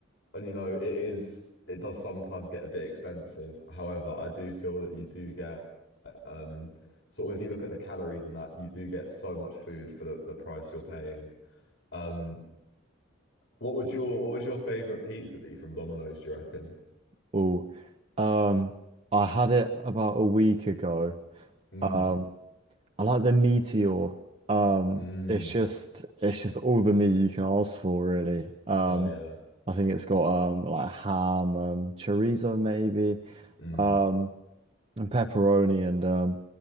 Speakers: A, on the left (about 65°); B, on the right (about 30°).
A: and you know, it is it does sometimes get a bit expensive. However, I do feel that you do get um sort of if you look at the calories and that, you do get so much food for the, the price you're paying. Um, what would your what would your favorite pizza be from Domino's, do you reckon?
B: Oh, um, I had it about a week ago.
A: Mm,
B: Um, I like the Meteor. Um,
A: mm.
B: it's just it's just all the meat you can ask for, really. Um,
A: Well, yeah.
B: I think it's got um like ham, um, chorizo maybe,
A: Mm.
B: um, and pepperoni, and um,